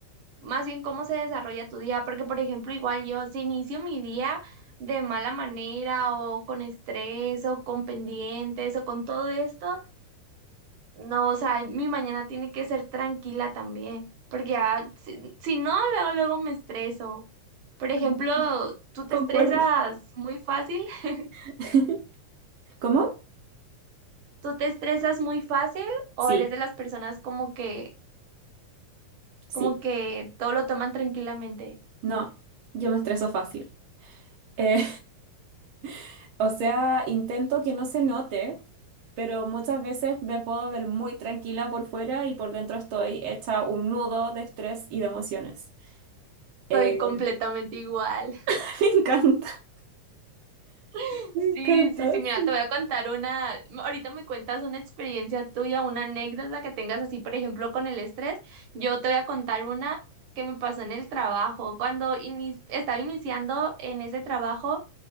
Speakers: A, on the right (about 60°); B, on the right (about 80°).
A: más bien cómo se desarrolla tu día, porque por ejemplo, igual yo si inicio mi día de mala manera o con estrés o con pendientes o con todo esto, no, o sea, mi mañana tiene que ser tranquila también, porque ya, si, si no, luego, luego me estreso. Por
B: <laughs>
A: ejemplo, ¿tú te
B: Concuerdo.
A: estresas muy fácil? <laughs>
B: <laughs> ¿Cómo?
A: ¿Tú te estresas muy fácil o
B: Sí,
A: eres de las personas como que,
B: sí.
A: como que todo lo toman tranquilamente?
B: No, yo me estreso fácil. Eh, <laughs> o sea, intento que no se note, pero muchas veces me puedo ver muy tranquila por fuera y por dentro estoy hecha un nudo de estrés y de emociones. Eh,
A: Soy completamente igual.
B: <laughs> me encanta.
A: <laughs>
B: Me encanta,
A: Sí, sí, sí, mira,
B: sí.
A: te voy a contar una, ahorita me cuentas una experiencia tuya, una anécdota que tengas así, por ejemplo, con el estrés. Yo te voy a contar una que me pasó en el trabajo. Cuando ini- estaba iniciando en ese trabajo,